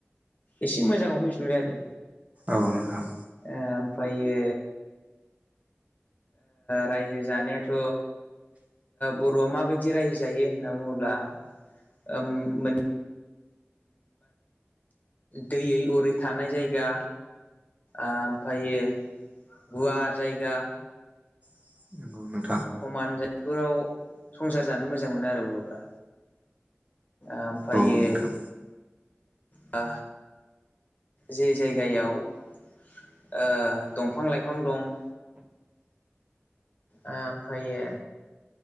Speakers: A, on the left; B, on the right.
A: एसे मोजाङाव फैफिनबाय आरो
B: औ नोंथां
A: ओ ओमफायो। रायजो जानायाथ' बर'आ माबायदि राय जायो होनना बुङोब्ला ओम मोन दैयै अरै थानाय जायगा। ओमफ्रायो गुवार जायगा
B: <inaudible>
A: समान जायफोराव संसार जानो मोजां मोनो आरो बर'फ्रा। ओमफ्रायो
B: औ नोंथां
A: बा जे जायगायाव ओ दंफां लाइफां दं। ओमफ्रायो